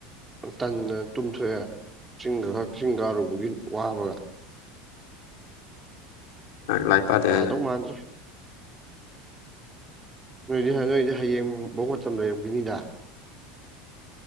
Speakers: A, on the right; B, on the left.
A: ꯇꯟꯗꯅ ꯇꯨꯝꯊꯣꯛꯑꯦ ꯆꯤꯡꯒ ꯈꯔ ꯆꯤꯡꯀꯥꯔꯨꯕꯒꯤ ꯋꯥꯕꯒ꯫
B: ꯂꯥꯏ ꯂꯥꯏꯔꯤꯛ ꯄꯥꯗꯦ
A: ꯌꯥꯗꯧ
B: ꯍꯥꯏꯗꯣ
A: ꯃꯥꯟꯗ꯭ꯔꯦ ꯅꯣꯏꯗꯤ ꯅꯣꯏꯗꯤ ꯍꯌꯦꯡꯕꯥꯎ ꯃꯇꯝ ꯂꯩꯔꯝꯒꯤꯅꯤꯗ꯫